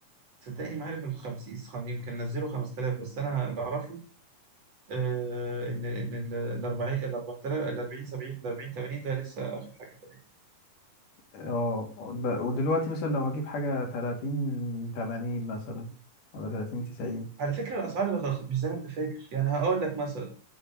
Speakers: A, on the right; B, on the left.
A: صدقني ما عارف ال 50 خم- يمكن نزلوا 5000 بس انا اللي اعرفه آه، ان ان ال 40 ال 4000 ال 40 70 ال 40 80 ده لسه اخر حاجه
B: اه ب- ودلوقتي مثلا لو هجيب حاجه 30 80 مثلا ولا 30 90
A: على فكرة الأسعار رخ- مش زي ما أنت فاكر يعني هقول لك مثلا